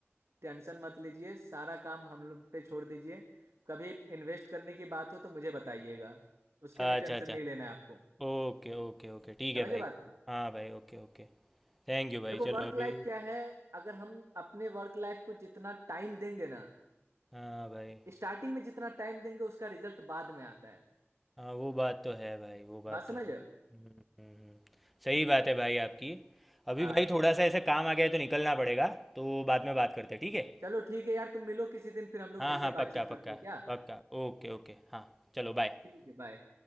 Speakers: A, on the right; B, in the centre.
A: टेंशन मत लीजिए सारा काम हम लोग पे छोड़ दीजिए कभी इन्वेस्ट करने की बात हो तो मुझे बताइएगा उसके
B: अच्छा
A: लिए टेंशन
B: अच्छा
A: नहीं लेना है आपको
B: ओके ओके ओके ठीक
A: समझे
B: है भाई
A: बात को
B: हाँ भाई ओके ओके थैंक यू भाई
A: देखो
B: चलो
A: वर्क
B: अभी
A: लाइफ क्या है अगर हम अपने वर्क लाइफ को जितना टाइम देंगे ना
B: हाँ भाई
A: स्टार्टिंग में जितना टाइम देंगे उसका रिजल्ट बाद में आता है
B: हाँ वो बात तो है भाई वो बात
A: बात समझ
B: तो है
A: रहे
B: हम्म,
A: हो
B: हम्म, हम्म। सही बात है भाई आपकी अभी
A: हाँ
B: भाई थोड़ा सा ऐसे काम आ गया है तो निकलना पड़ेगा तो बाद में बात करते हैं ठीक है
A: चलो ठीक है यार तुम मिलो किसी दिन फिर हम लोग
B: हाँ
A: मिलके
B: हाँ पक्का
A: बातचीत करते
B: पक्का
A: हैं क्या
B: पक्का ओके ओके हाँ चलो बाय
A: ठीक है बाय